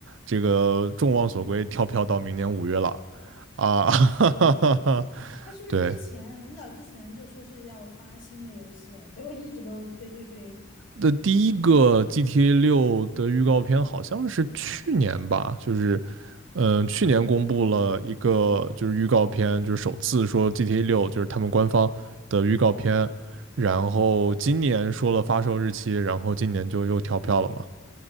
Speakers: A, on the right; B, on the left.
A: 这个众望所归跳票到明年五月了啊，<laughs> 哈哈哈，
B: 他是不是之前很早之前就说是要发新的游戏，
A: 对，
B: 结果一直都推推推？
A: 的第一个 GTA 六的预告片好像是去年吧，就是，嗯，去年公布了一个就是预告片，就是首次说 GTA 六就是他们官方的预告片，然后今年说了发售日期，
B: 嗯，
A: 然后今年就又跳票了嘛，